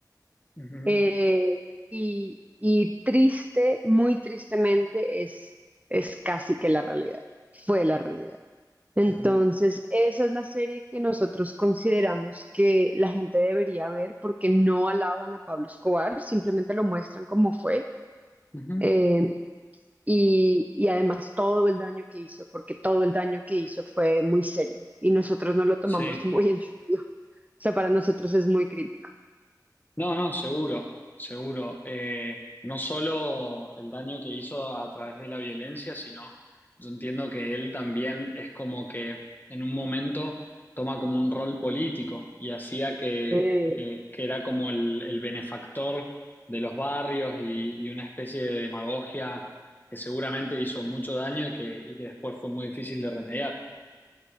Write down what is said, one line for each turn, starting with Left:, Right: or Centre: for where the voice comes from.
Left: Ujú,
Right: Eh, y, y triste, muy tristemente, es, es casi que la realidad. Fue la realidad. Entonces,
Left: ujú,
Right: esa es la serie que nosotros consideramos que la gente debería ver porque no alaban a Pablo Escobar, simplemente lo muestran como fue.
Left: ujú.
Right: eh, y, y además todo el daño que hizo, porque todo el daño que hizo fue muy serio y nosotros no lo tomamos
Left: Sí.
Right: <laughs> muy en serio. O sea, para nosotros es muy crítico.
Left: No, no, seguro, seguro. Eh, no solo el daño que hizo a través de la violencia, sino yo entiendo que él también es como que en un momento toma como un rol político y hacía que,
Right: Eh,
Left: que, que era como el, el benefactor de los barrios y, y una especie de demagogia que seguramente hizo mucho daño y que, y que después fue muy difícil de remediar.